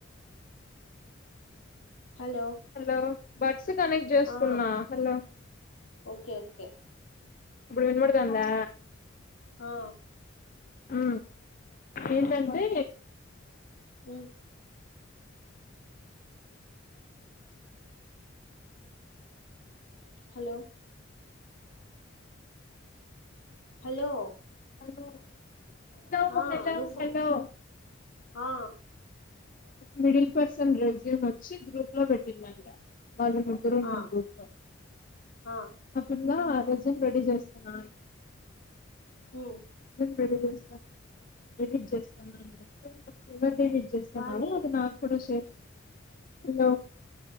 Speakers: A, on the left (about 80°); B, on the left (about 40°).
A: హలో
B: హలో బట్స్ కనెక్ట్ చేసుకున్నా
A: ఆ
B: హలో
A: ఓకే ఓకే
B: ఇప్పుడు వినబడుదందా
A: ఆ
B: ఆ ఏంటంటే
A: ఉ హలో హలో
B: హలో హలో
A: ఆ
B: హలో
A: నువ్వు
B: హలో
A: ఆ
B: మిడిల్ పర్సన్ రెస్యూమ్ వచ్చి గ్రూప్ లో పెట్టిందంట వాళ్ళ ముగ్గురు ఉన్నారు
A: ఆ
B: గ్రూప్ లో
A: ఆ
B: ఇలా రెస్యూమ్ రెడీ చేస్తున్నా అని
A: ఉ
B: ఎడిట్ చేస్తావ ఎడిట్ చేస్తావని అడిగాను న్నావు
A: వాణి
B: అది నాకు కూడా షేర్ చెయ్యి